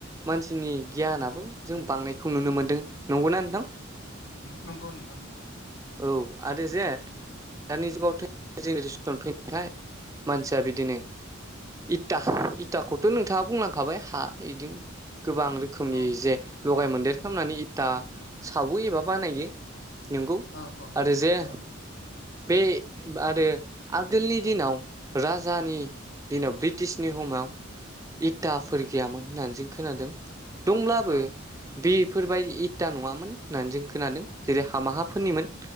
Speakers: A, on the right; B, on the left.
A: मानसिनि गियानाबो जों बांनाय बेखौ नुनो मोन्दों नंगौना नोंथां
B: नोंगौ नोंथां नोंगौ
A: औ आरो जे दानि जुगाव जेनेरेसन फैनायखाय मानसिया बिदिनो इथा इताखौथ' नोंथाङा बुंलांखाबाय हा बिदि गोबां रो रोखोमनि
B: औ
A: जे लगाय मोन्देर खालामनानै इथा सावो एबा बानायो नंगौ
B: औ
A: आरो जे
B: औ
A: बे आरो आगोलनि दिनाव राजानि दिनाव ब्रिटिशनि हमाव इटाफोर गैयामोन होननानै जों खोनादों दंब्लाबो
B: औ
A: बेफोरबायदि इथा नङामोन होननानै जों खोनादों जेरै हामा हा
B: औ
A: फोरोनिमोन